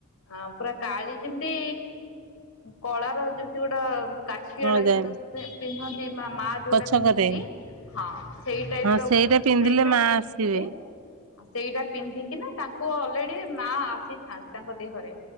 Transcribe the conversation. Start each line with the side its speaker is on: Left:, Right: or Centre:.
Left: ଆ ପୁରା କାଳୀ ଯେମିତି କଳାର ଯେମିତି ଗୋଟେ କାଛିଆ
Right: ହଁ
Left: ଟା ଯୋଉ
Right: ଜାଇଲି
Left: ଗୋଟା ପିନ୍ଧନ୍ତି ବା ମା ଯୋଉଟା
Right: ପଛକରେ
Left: ପିନ୍ଧନ୍ତି ହଁ ସେଇ ଟାଇପ
Right: ହଁ
Left: ର
Right: ସେଇଟା
Left: ଗୋଟେ
Right: ପିନ୍ଧିଲେ
Left: ସେଇଟା
Right: ମା
Left: ପିନ୍ଧିବେ
Right: ଆସିବେ
Left: ଆଉ ସେଇଟା ପିନ୍ଧିକିନା ତାଙ୍କୁ ଅଲରେଡି ମା ଆସିଥାନ୍ତି ତାଙ୍କ ଦେହରେ।